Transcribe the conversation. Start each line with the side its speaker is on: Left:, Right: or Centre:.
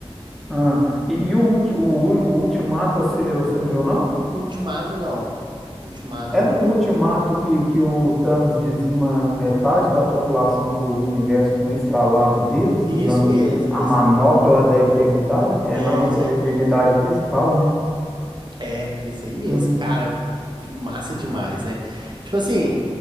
Centre: Ah, e, e o, ulti- o, o Ultimato, você, você não viu, não?
Right: O Ultimato, não. Ultimato,
Centre: É
Right: não.
Centre: no Ultimato que, que o Thanos dizima metade da população do universo com um estralar de dedos, usando
Right: Isso mesmo,
Centre: a
Right: esse.
Centre: manopla da eternidade? É
Right: É
Centre: manopla
Right: isso
Centre: da
Right: aí
Centre: eternidade
Right: mesmo.
Centre: mesmo que fala, né?
Right: É, isso aí mesmo,
Centre: Hum,
Right: cara, fi- massa demais, né? Tipo assim,